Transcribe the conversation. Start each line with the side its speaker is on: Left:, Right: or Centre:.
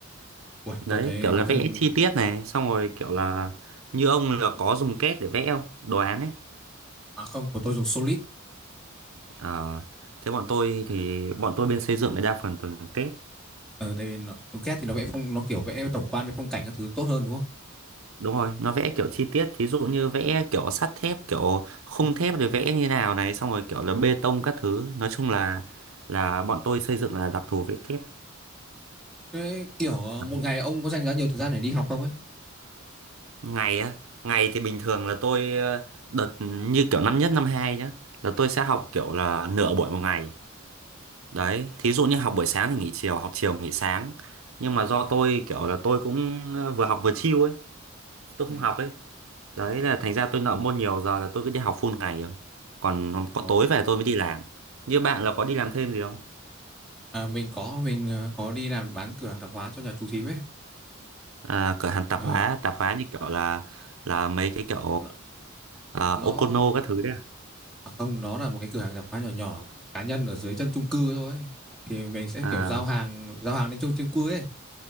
Centre: Ui,
Right: Đấy,
Centre: tôi thấy
Right: kiểu
Centre: mấy
Right: là
Centre: thằng
Right: vẽ chi tiết này, xong rồi kiểu là như ông là có dùng kết để vẽ không? Đồ án ấy.
Centre: À không, của tôi dùng Solid.
Right: Ờ, thế bọn tôi thì bọn tôi bên xây dựng là đa phần toàn dùng kết.
Centre: Ờ, tại vì nó, CAD thì nó vẽ phong, nó kiểu vẽ tổng quan với phong cảnh các thứ tốt hơn đúng không?
Right: Đúng rồi, nó vẽ kiểu chi tiết, thí dụ như vẽ kiểu sắt thép, kiểu khung thép rồi vẽ như nào này, xong rồi kiểu là bê tông các thứ. Nói chung là là bọn
Centre: Ừ.
Right: tôi xây dựng là đặc thù vẽ kép.
Centre: Thế kiểu ờ,
Right: Đấy.
Centre: một ngày ông có dành ra nhiều thời gian để đi học không ấy?
Right: Ngày á, ngày thì bình thường là tôi ờ, đợt như kiểu năm nhất năm hai nhá, là tôi sẽ học kiểu là nửa buổi một ngày.
Centre: Ừ.
Right: Đấy, thí dụ như học buổi sáng thì nghỉ chiều, học chiều nghỉ sáng. Nhưng mà do tôi kiểu là tôi cũng ờ, vừa học vừa chill ấy, tôi
Centre: Ừ.
Right: không học ấy. Đấy là thành ra tôi nợ môn nhiều giờ là tôi cứ đi học full ngày rồi. Còn có
Centre: Ồ,
Right: tối về tôi mới đi làm. Như bạn là có đi làm thêm gì không?
Centre: à, mình có mình ờ, có đi làm bán cửa hàng tạp hóa cho nhà chú thím ấy.
Right: À, cửa hàng tạp
Centre: Ừ. Ờ,
Right: hóa, tạp hóa như kiểu là là mấy cái kiểu
Centre: nó,
Right: à,
Centre: nó
Right: Okono các thứ đấy.
Centre: à không, nó là một cái cửa hàng tạp hóa nhỏ nhỏ cá nhân ở dưới chân chung cư thôi. ấy. Thì mình sẽ kiểu
Right: À,
Centre: giao hàng giao hàng đến chung chung cư ấy.